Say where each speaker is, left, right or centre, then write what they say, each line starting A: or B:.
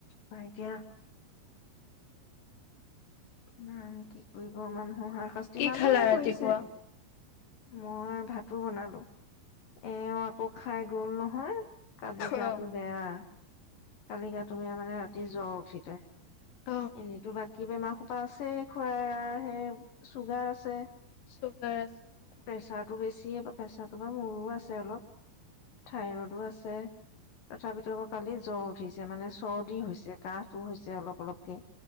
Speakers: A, on the left; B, on the left.
A: বা এতিয়া কিমান কি কৰিব মানুহৰ হাৰ শাস্তি,
B: কি
A: মানুহে
B: খালা ৰাতিপুৱা
A: কৰিছে। মই ভাতো বনালো। এ আকৌ খাই গ'ল হা কালি গাটো
B: অ
A: বেয়া, কালি গা তুমি মানে ৰা জ্বৰ উঠিলে
B: অ',
A: এনেইতো বাাক কি বেমাৰ পাছে খুৰাৰ সেই চুগাৰ আছে
B: চুগাৰ আছে অ'।
A: প্ৰেছাৰ টো বেছি প্ৰেছাৰটো বাৰো মোৰো আছে অলপ থাইৰইডো আছে তথাপিতো আাৰ কালি জ্বৰ উঠিছে মানে চৰ্দি হৈছে কাহ টোও হৈছে অলপ অলপকে